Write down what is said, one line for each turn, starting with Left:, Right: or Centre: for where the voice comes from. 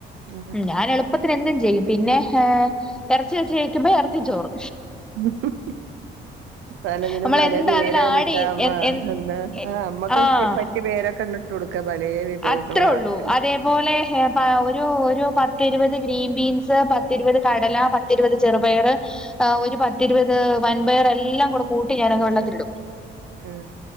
Right: അങ്ങനെ.
Centre: ഞാൻ എള് അത്തിന് എന്തും ചെയ്യും പിന്നെ ഹെ ഇറച്ചി വെച്ച് വെക്കുമ്പോ ഇറച്ചി ചോറ്.
Right: ഉ ഹ് ഹ്. പലതിനും
Centre: നമ്മളെന്താ
Right: പല പേരിട്ടാ
Centre: അതിൽ ആഡ് ചെയ്യ
Right: അമ്മ
Centre: എ എ
Right: എന്നാ
Centre: എ
Right: ആ അമ്മക്കെ
Centre: ആഹ്
Right: പ വേര കണ് ടോട്ക്കാ പലേ വിഭവങ്ങളും
Centre: അത്രേ ഉള്ളൂ
Right: ആക്ക
Centre: അ അതേപോലെ ഹ്‌ ഒരു ഒരു പത്തിരുപത് ഗ്രീൻ ബീൻസ് പത്തിരുപത് കടല പ പത്തിരുപത് ചെറുപയർ ഒരു പത്തിരുപത് വൻപയർ എല്ലാം കൂടെ കൂട്ടി ഞാനെ വെള്ളത്തിലങ്ങിടും.
Right: ഉം